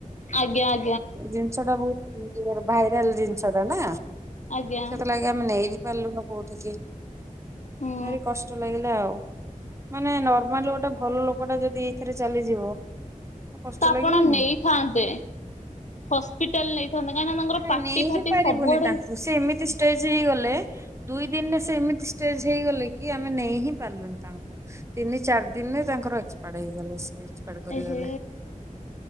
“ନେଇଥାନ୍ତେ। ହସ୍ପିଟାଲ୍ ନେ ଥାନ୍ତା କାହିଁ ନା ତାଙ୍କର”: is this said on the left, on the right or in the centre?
Left